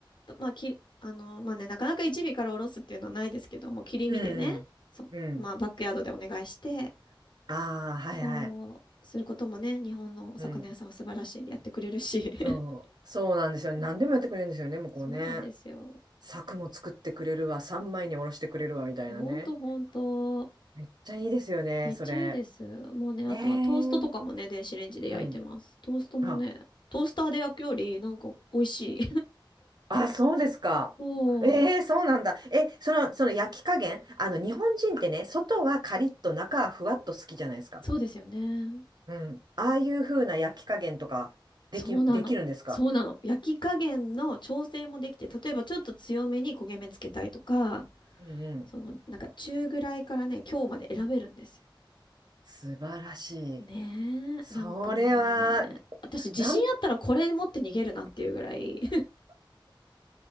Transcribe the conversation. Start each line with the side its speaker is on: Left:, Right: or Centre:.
Left: とまあ、き、あの、まあね、なかなか一尾からおろすっていうのはないですけども、切り身でね、
Right: う。うん。
Left: そ、
Right: うん。
Left: まあ、バックヤードでお願いして、
Right: ああ、はいはい。
Left: そう、することもね、日本のお魚屋さんは素晴らしいんでやってくれるし。
Right: うん。
Left: <laughs>
Right: そう。そうなんですよね。何でもやってくれるんですよね、向こうね。
Left: そうなんですよ。
Right: 柵も作ってくれるわ、三枚におろしてくれるわ、みたいなね。
Left: ほんとほんと。
Right: めっちゃいいですよね、
Left: めっちゃいいです。
Right: それ。
Left: もうね、
Right: ええ
Left: あとはトーストとかもね、電子レンジで焼いてます。
Right: うん。
Left: トーストもね、
Right: あ、
Left: トースターで焼くより、なんか美味しい。
Right: あ、そうですか。
Left: <laughs> そ
Right: ええそうなんだ。え、その、その焼き加減、あの、
Left: う。うん
Right: 日本人ってね、外はカリッと中はふわっと好きじゃないですか。
Left: そうですよね。
Right: うん。ああいう風な焼き加減とか、でき、
Left: そうなの。
Right: できるんですか
Left: そうなの。焼き加減の調整もできて、例えばちょっと強めに焦げ目つけたいとか、
Right: うんうん。
Left: その、なんか中ぐらいからね、今日まで選べるんですよ。
Right: 素晴らしい。
Left: ねえ、
Right: それは、
Left: なんかもうね、私自信あったらこれ持って逃げるなっていうぐらい、
Right: なん、
Left: <laughs>